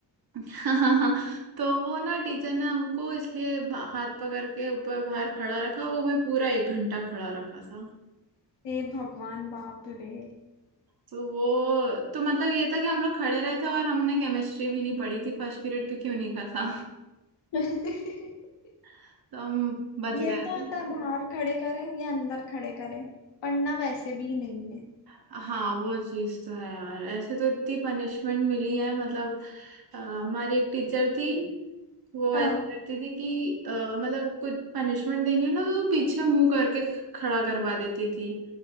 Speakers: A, on the right; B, on the left.
A: <laughs> तो वो ना टीचर ने हमको इसलिए बा- हाथ पकड़ के ऊपर बाहर खड़ा रखा वो भी पूरा एक घंटा खड़ा रखा था।
B: हे भगवान बाप रे
A: तो वो तो मतलब ये था कि हम लोग खड़े रहे थे और हमने केमिस्ट्री भी नहीं पढ़ी थी फर्स्ट पीरियड क्योंकि उन्हीं का था
B: <laughs>
A: <laughs> तो हम बच
B: ये
A: गए
B: तो
A: थे
B: होता है, बाहर खड़े करे ये अंदर खड़े करे पढ़ना वैसे भी नहीं है
A: हाँ वो चीज तो है यार ऐसे तो इतनी पनिशमेंट मिली है मतलब अ, हमारी एक टीचर थी वो
B: हाँ
A: ऐसा करती थी कि अ, मतलब कुछ पनिशमेंट देनी हो ना तो वो पीछे मुंह करके खड़ा करवा देती थी